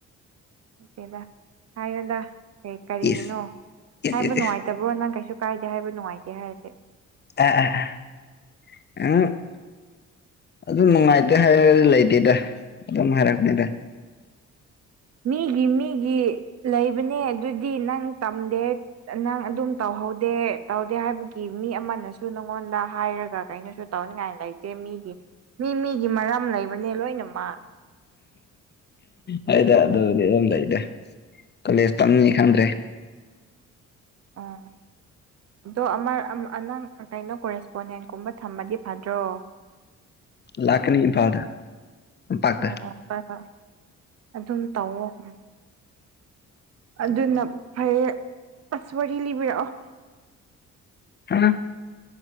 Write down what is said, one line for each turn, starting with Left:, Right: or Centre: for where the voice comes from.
Right: ꯀꯥꯏꯗ‌ꯦꯗ ꯍꯥꯏꯌꯣꯗ ꯀꯩ ꯀꯔꯤꯒꯤꯅꯣ
Left: ꯏꯁ ꯏꯁ
Right: ꯍꯥꯏꯕ
Left: ꯏꯁ
Right: ꯅꯨꯡꯉꯥꯏ
Left: ꯏꯁ
Right: ꯇꯕ꯭ꯔꯣ ꯅꯪ ꯀꯩꯁꯨ ꯀꯥꯏꯗꯦ ꯍꯥꯏꯕ ꯅꯨꯡꯉꯥꯏꯇꯦ ꯍꯥꯏꯔꯗꯤ
Left: <unintelligible> ꯑꯗꯨ ꯅꯨꯡꯉꯥꯏꯇꯦ ꯍꯥꯏꯔꯁꯨ ꯂꯩꯇꯦꯗ ꯑꯗꯨꯝ ꯍꯥꯏꯔꯛꯄꯅꯤꯗ
Right: ꯃꯤꯒꯤ ꯃꯤꯒꯤ ꯂꯩꯕꯅꯦ ꯑꯗꯨꯗꯤ ꯅꯪ ꯇꯝꯗꯦ ꯅꯪ ꯑꯗꯨꯝ ꯇꯧꯍꯧꯗꯦ ꯇꯧꯗꯦ ꯍꯥꯏꯕꯒꯤ ꯃꯤ ꯑꯃꯅꯁꯨ ꯅꯪꯉꯣꯟꯗ ꯍꯥꯏꯔꯒ ꯀꯩꯅꯣꯁꯨ ꯇꯧꯅꯤꯡꯉꯥꯏ ꯂꯩꯇꯦ ꯃꯤꯒꯤ ꯃꯤ ꯃꯤꯒꯤ ꯃꯔꯝ ꯂꯩꯕꯅꯦ ꯂꯣꯏꯅꯃꯛ
Left: ꯍ‌ꯣꯏꯗ ꯑꯗꯨꯕꯨꯗꯤ ꯑꯗꯨꯝ ꯂꯩꯗ ꯀꯣꯂꯦꯖ ꯇꯝꯅꯤ ꯈꯟꯗ꯭ꯔꯦ
Right: ꯑꯣ ꯑꯗꯣ ꯑꯃ ꯑ ꯅꯪ ꯀꯩꯅꯣ ꯀꯣꯔꯦꯁꯄꯣꯟꯗꯦꯟꯒꯨꯝꯕ ꯊꯝꯃꯗꯤ ꯐꯗ꯭ꯔꯣ
Left: ꯂꯥꯛꯀꯅꯤ ꯏꯝꯐꯥꯜꯗ ꯇꯝꯄꯥꯛꯇ
Right: ꯑꯣ ꯑꯣ ꯐꯔꯦ ꯑꯗꯨꯝ ꯇꯧꯋꯣ ꯎꯝ ꯑꯗꯨꯅ ꯐꯩꯔꯦ ꯑꯁ ꯋꯥꯔꯤ ꯂꯤꯕꯤꯔꯛꯑꯣ
Left: <unintelligible>